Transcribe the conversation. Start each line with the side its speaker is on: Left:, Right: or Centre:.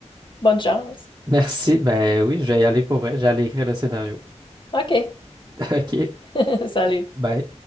Left: Bonne chance.
Right: Merci. Ben oui, je vais y aller pour vrai. J'allais écrire le scénario.
Left: OK.
Right: <laughs> OK.
Left: <laughs> Salut.
Right: Bye.